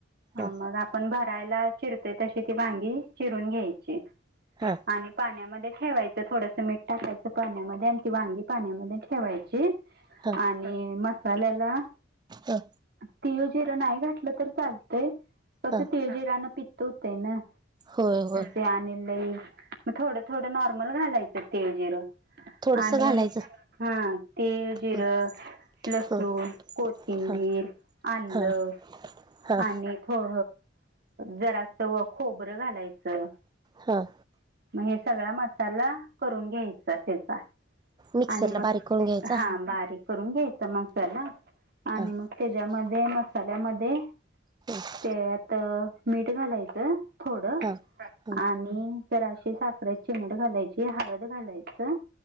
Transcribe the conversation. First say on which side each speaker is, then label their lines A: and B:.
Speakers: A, on the right (about 55°); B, on the right (about 20°).
A: ह
B: हां
A: मग आपण भरायला चिरतोय तशी ती वांगी चिरून घ्यायची
B: हां
A: आणि पाण्यामध्ये ठेवायचं थोडस मीठ टाकायचं पाण्यामध्ये आणि ती वांगी पाण्यामध्ये ठेवायची बर
B: हां हां
A: आणि मसाल्याला
B: हां
A: तिळ, जिरं नाही घातलं तर चालतय. कसं
B: हां
A: तिळ जिरान पित्त होतय ना
B: होय होय
A: तेे आणलई मग थोडं थोडं नॉर्मल घालायचं <inaudible> तेळ जिरं
B: थोडसं
A: आणि
B: घालायचं
A: हा तेल जिरं
B: हं
A: लसूण,
B: हं
A: कोथिंबीर,
B: हां
A: आलं....
B: हां हां
A: आणि थों जरा असं व खोबरं घालायचं.
B: हां
A: मग हे सगळा मसाला करून घ्यायचा त्याचा
B: मिक्सरला
A: आणि मग
B: बारीक करून घ्यायचा
A: हा बारीक करून घ्यायचा मसाला आणि
B: हां
A: मग त्याच्यामध्ये मसाल्यामध्ये
B: <unintelligible> <inaudible>
A: ते आत मीठ घालायचं थोड आणि
B: हां हां
A: जराशी साख <inaudible> आपडे चिमट घालायची हळद घालायचं